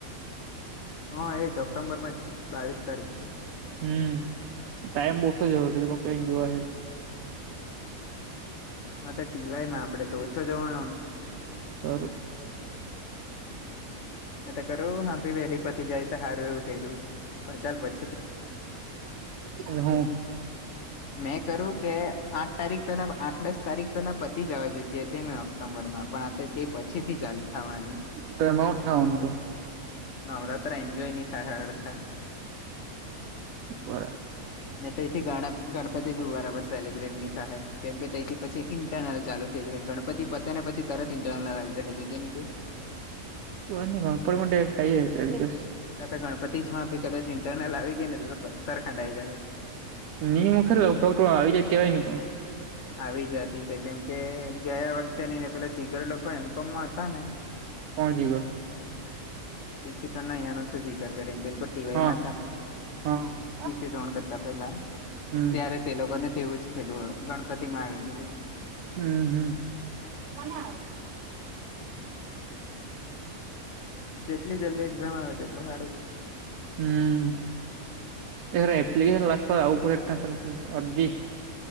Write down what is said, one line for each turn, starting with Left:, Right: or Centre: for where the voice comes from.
Left: હ એ ઓક્ટમ્બર માં જ છે બાવીસ તારીખ થી
Right: હમ્મ ટાઈમ બહ ઓશો છે <unintelligible> જોવે હે
Left: હ તો ટીવાય માં આપડે ઓછો જોવાનો
Right: ખરું.
Left: એ તો ચાલો હામઠી વેલી પતિ જાય તો હાર પેરું પણ ચાલ પ
Right: એ હા
Left: મેં કર્યું કે આઠ તારીખ પેલા આઠ દસ તારીખ પેલા પતિ જવા જોઈતી હતી ન સમ્બર માં પણ તે પછી થી ચાલુ થવાની
Right: તો એમા ઉન્ટ થાવા નું હતું
Left: નવરાત્રા એન્જોય ની થાહે હરખા
Right: બરાબ
Left: ને તેથી ગણ ગણપતિ બી બરાબર સેલિબ્રિટ ની થાહે કેમ કે તેથી પછી ઇન્ટરનલ ચાલુ થઈ જહે. ગણપતિ પતે ને પછી તરત ઇન્ટરરલ આવી જહે જોજે ની તું.
Right: કોઈ ની <unintelligible> માટે ખાઈએ તો એડજસ
Left: ક તો ગણપતિસ માં પણ ઇન્ટર્નલ આવી ગઈ ને તો પત્તર ખંડાઈ જહે.
Right: ની મુખે ઉપર કોઈ આવી જાય કેવાય નહી પણ.
Left: આવી જતી છે કેમકે ગયા વખતે નઈ ને પેલા જીગર લોકો એમકોમમાં હતા ને <inaudible>
Right: પહોં <unintelligible>
Left: દીક્ષિતાનો અહીયાનો છે જીગર કરીને પન તે ટીવાયમાં
Right: હા
Left: હતા ને.
Right: હા હા
Left: <unintelligible> ત્રણ કરતા પેલા
Right: હમ
Left: ત્યારે તે લોકો ને તેવું જ થયલું ગણ આવી ગેલો જ
Right: હમ્મહ. કોને આવ? હ
Left: જેટલી જલ્દી એક્ઝામ આવે તેટલું હારું વરી.
Right: હમ્મ, એ એપ્લિકેશન લાખવા આવુ પડહે. અરજી